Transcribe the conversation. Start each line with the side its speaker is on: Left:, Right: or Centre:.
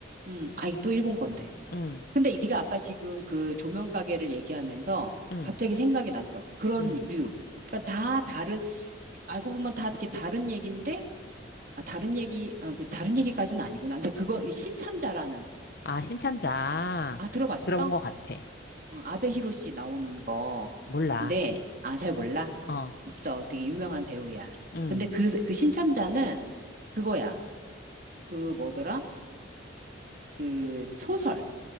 Right: 음, 아이, 또 일본 건데.
Left: 응,
Right: 근데 네가 아까 지금 그 조명 가게를 얘기하면서
Left: 응,
Right: 갑자기 생각이 났어. 그런
Left: 응.
Right: 류. 그러니까 다 다른, 알고 보면 다 이렇게 다른 얘기인데, 아, 다른 얘기, 어, 그 다른 얘기까지는 아니구나. 근데 그거, 이 신참자라는,
Left: 아, 신참자
Right: 아, 들어봤어?
Left: 들어본 것 같아.
Right: 응, 아베 히로시 나오는 거.
Left: 몰라.
Right: 근데, 아, 잘 몰라.
Left: 어,
Right: 있어. 되게 유명한 배우야.
Left: 응.
Right: 근데 그, 그 신참자는 그거야. 그 뭐더라? 그 소설.